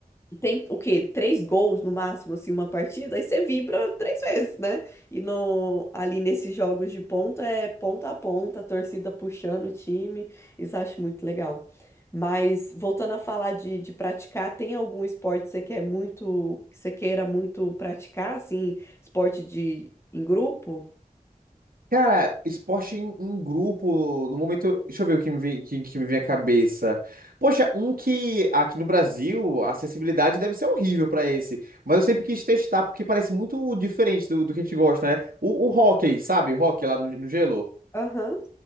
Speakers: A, on the left (about 15°); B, on the right (about 80°).
A: tem o quê? Três gols no máximo, assim, uma partida, aí você vibra três vezes, né? E no, ali nesses jogos de ponta é ponta a ponta, a torcida puxando o time, isso eu acho muito legal. Mas voltando a falar de, de praticar, tem algum esporte que você quer muito, que você queira muito praticar, assim, esporte de em grupo?
B: Cara, esporte em, em grupo, no momento, deixa eu ver o que me vem, que, que me vem à cabeça. Poxa, um que aqui no Brasil, a acessibilidade deve ser horrível pra esse, mas eu sempre quis testar porque parece muito diferente do, do que a gente gosta, né? O, o hóquei, sabe? O hóquei lá no, no gelo.
A: Aham.